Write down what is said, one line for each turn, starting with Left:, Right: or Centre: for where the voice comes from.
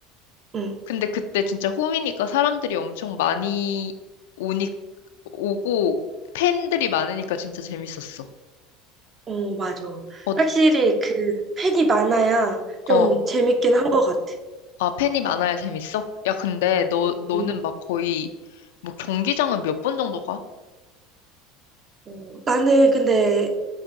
Right: 음.
Left: 근데 그때 진짜 홈이니까 사람들이 엄청 많이 오니, 오고 팬들이 많으니까 진짜 재밌었어.
Right: 어, 맞아.
Left: 어,
Right: 확실히 그 팬이 많아야 좀
Left: 어.
Right: 재밌긴 한 것 같아.
Left: 아, 팬이 많아야 재밌어? 야, 근데 너, 너는
Right: 음.
Left: 막 거의 뭐 경기장은 몇 번 정도 가?
Right: 어, 나는 근데